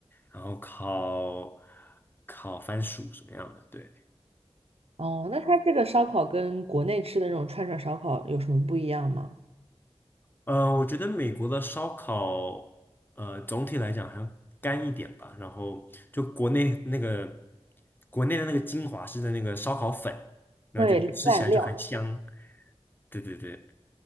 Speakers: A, on the left; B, on the right.
A: 然后烤烤番薯什么样的？对，
B: 哦，那它这个烧烤跟国内吃的那种串串烧烤有什么不一样吗？
A: 呃，我觉得美国的烧烤，呃，总体来讲好像干一点吧，然后就国内那个国内的那个精华是在那个烧烤粉，然后就吃起来就很香。
B: 对，蘸料。
A: 对对对。